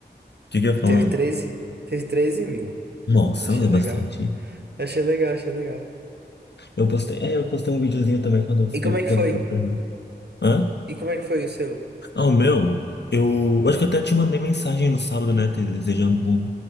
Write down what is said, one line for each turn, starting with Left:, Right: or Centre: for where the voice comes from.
Left: O que que eu ia
Right: Eu
Left: falar?
Right: teve treze teve treze mil.
Left: Nossa,
Right: Achei
Left: mas é
Right: legal.
Left: bastante.
Right: Achei legal, achei legal.
Left: Eu postei, é, eu postei um videozinho também quando eu fui,
Right: E como é
Left: quando
Right: que foi?
Left: eu fui pro Rio. Hã?
Right: E como é que foi o seu?
Left: Ah, o meu? Eu, eu acho que eu até te mandei mensagem no sábado, né? te Desejando um,